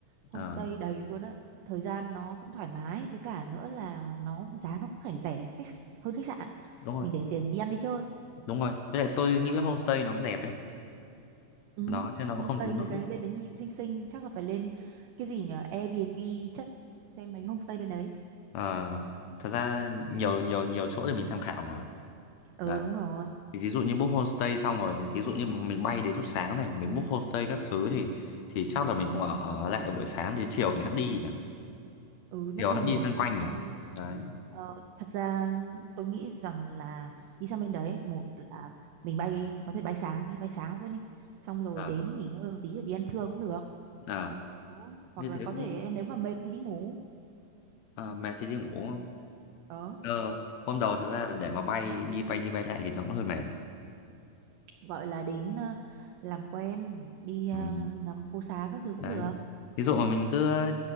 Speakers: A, on the right; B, on the left.
A: Homestay
B: Ờ,
A: đầy luôn á. Thời gian nó cũng thoải mái với cả nữa là nó giá nó cũng phải rẻ hơn khách hơn khách sạn.
B: đúng rồi,
A: Mình để tiền đi ăn đi chơi.
B: đúng rồi. Với lại tôi nghĩ homestay nó cũng đẹp ấy.
A: Ừ,
B: Đó, chứ nó
A: homestay
B: cũng không đến
A: mấy
B: nỗi.
A: cái bên đấy nhìn cũng xinh xinh, chắc là phải lên cái gì nhỉ? Airbnb chắc xem mấy homestay bên đấy.
B: Ờ, thật ra nhiều nhiều nhiều chỗ để mình tham khảo mà.
A: Ừ
B: Đấy.
A: đúng rồi.
B: Thì thí dụ như book homestay xong rồi thí dụ như mình bay đến lúc sáng này mình book homestay các thứ thì thì chắc là mình cũng ở, ở lại buổi sáng đến chiều mình hãng đi nhỉ
A: Ừ
B: chiều
A: tất nhiên
B: hãng đi
A: rồi.
B: loanh quanh nhỉ
A: Đi
B: đấy
A: ờ, thật ra tôi nghĩ rằng là đi sang bên đấy một là mình bay có thể bay sáng đi bay sáng luôn đi. Xong rồi
B: à,
A: đến nghỉ ngơi một tí rồi đi ăn trưa cũng được.
B: à,
A: Đó. Hoặc
B: như
A: là
B: thế
A: có
B: cũng
A: thể nếu mà mệt thì đi ngủ.
B: à, mệt thì đi ngủ không
A: Đó,
B: ờ hôm đầu thật ra là để mà bay đi bay đi bay lại thì nó cũng hơi mệt
A: gọi là đến ờ, làm quen, đi ờ,
B: ừ.
A: ngắm phố xá các thứ cũng
B: đấy
A: được.
B: ví dụ mà mình cứ ừ,